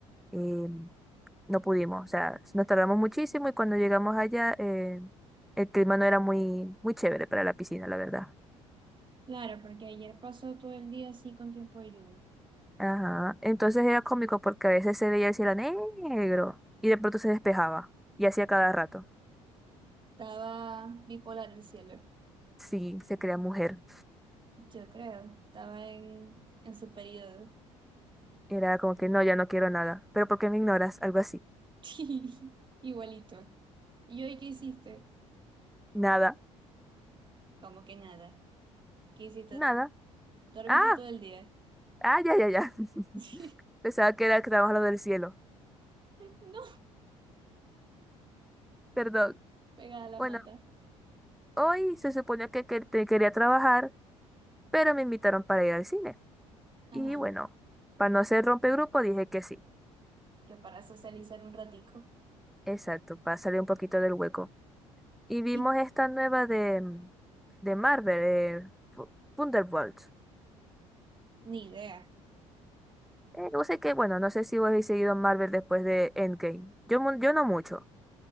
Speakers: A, in the centre; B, on the right.
A: eh, no pudimos, o sea, nos tardamos muchísimo y cuando llegamos allá eh, el clima no era muy, muy chévere para la piscina, la verdad.
B: Claro, porque ayer pasó todo el día así con tiempo de lluvia.
A: Ajá, entonces era cómico porque a veces se veía el cielo negro y de pronto se despejaba y hacía cada rato.
B: Estaba bipolar el cielo,
A: Sí, se crea mujer.
B: yo creo. Estaba en, en su periodo.
A: Era como que no, ya no quiero nada. ¿Pero por qué me ignoras? Algo así.
B: <laughs> Igualito. ¿Y hoy qué hiciste?
A: Nada,
B: Como que nada. ¿Qué hiciste?
A: nada.
B: ¿Dormiste
A: Ah,
B: todo el día?
A: ah, ya, ya, ya. <laughs>
B: <laughs>
A: Pensaba que era que estábamos lo del cielo.
B: No,
A: Perdón.
B: pegada a la
A: Bueno,
B: mata.
A: hoy se suponía que, que te quería trabajar, pero me invitaron para ir al cine.
B: Ajá,
A: Y bueno, para no ser rompegrupo, dije que sí.
B: que para socializar un ratico.
A: Exacto, para salir un poquito del hueco. Y vimos
B: Y
A: esta nueva de, mm, de Marvel, eh, Fu- Thunderbolts.
B: ni idea.
A: Eh, no sé qué, bueno, no sé si vos habéis seguido Marvel después de Endgame. Yo, mu- yo no mucho.